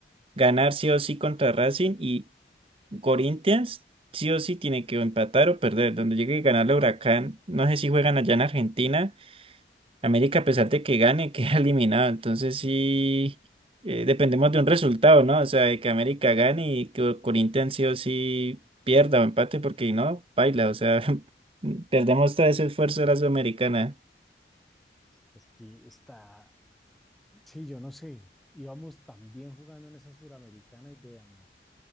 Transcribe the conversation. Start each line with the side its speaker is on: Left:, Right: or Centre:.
Right: ganar sí o sí contra Racing y Corinthians sí o sí tiene que o empatar o perder. Donde llegue a ganar el Huracán, no sé si juegan allá en Argentina. América, a pesar de que gane, <laughs> queda eliminado. Entonces sí, eh, dependemos de un resultado, ¿no? O sea, de que América gane y que Corinthians sí o sí pierda o empate, porque no, baila. O sea, <laughs> perdemos todo ese esfuerzo de la Sudamericana.
Centre: Es que está, Sí, yo no sé. Íbamos también jugando en esa suramericana y vea, mano,